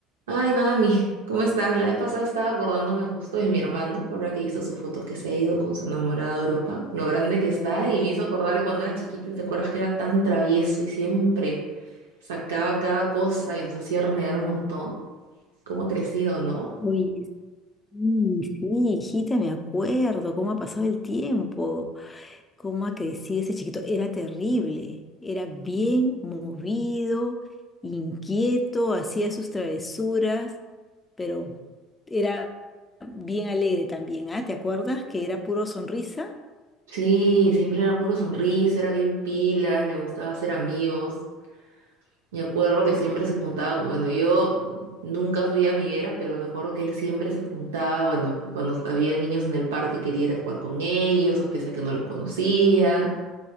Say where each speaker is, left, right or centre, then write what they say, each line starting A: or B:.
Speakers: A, on the right (about 80°); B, on the left (about 20°).
A: Ay, mami, ¿cómo estás? La vez pasada estaba acordándome justo de mi hermano, ahora que hizo sus fotos que se ha ido con su enamorada a Europa, lo grande que está, y me hizo acordar de cuando era chiquita, y ¿te acuerdas que era tan travieso y siempre sacaba cada cosa y nos hacía renegar un montón? ¿Cómo ha crecido, no?
B: Oye, sí, sí, hijita, me acuerdo cómo ha pasado el tiempo, cómo ha crecido ese chiquito. Era terrible, era bien movido, inquieto, hacía sus travesuras, pero era bien alegre también, ¿ah? ¿Te acuerdas que era puro sonrisa?
A: Sí, siempre era puro sonrisa, era bien pilas, le gustaba hacer amigos. Me acuerdo que siempre se juntaba, con- bueno, yo nunca fui amiguera, pero me acuerdo que él siempre se juntaba, bueno, cuando había niños en el parque quería ir a jugar con ellos, a pesar que no los conocía.